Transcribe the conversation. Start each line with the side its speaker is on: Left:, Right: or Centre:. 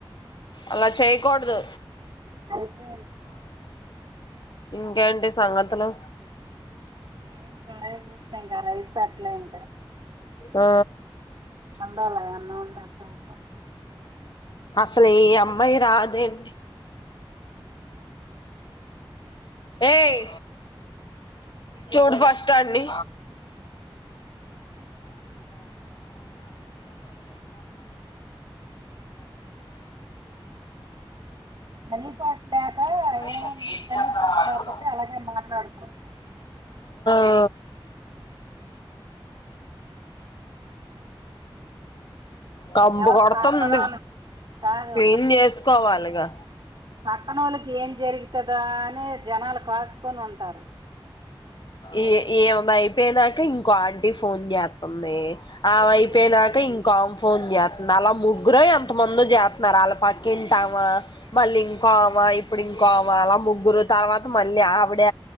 Left: అలా చేయ్యకొడదు
Right: అయిపో
Left: ఇంకేంటి సంగతులు
Right: ఏ <inaudible> రైస్ పట్ల ఎంకా
Left: ఆ
Right: వండాల అన్నాం వండా ఇంకా
Left: అసలు ఈ అమ్మాయి రాదండి ఏయ్ చూడు ఫస్ట్ అండి
Right: పనీపాట్ లేక ఏముంది
Left: ఏం
Right: పని
Left: చేస్తారు వాళ్ళు
Right: లేకపోతే అలాగే మాట్లాడుకుంటా
Left: అ కంబు
Right: ఎవరు
Left: కొడతుంది
Right: పక్కనోళ్ళు కాదు
Left: క్లీన్ చేసుకోవాలిగా
Right: పక్కనోళ్ళు ఏం జరుగుతుదా అని జనాలు కాసుకొని ఉంటారు
Left: ఏ ఏమైదఅయిపోయినాక ఇంకో ఆంటీ ఫోన్ చేత్తంది ఆవ
Right: ఆ
Left: అయిపోయినాకా ఇ ఆమ్ ఫోన్ చేతంది అలా ముగ్గుర ఎంత మందో చేస్తున్నారు వాళ్ళ పక్కింటామా మళ్లి ఇంకో ఆవే ఇంకో అవే అలా ముగ్గురు తర్వాత మళ్ళీ ఆవిడ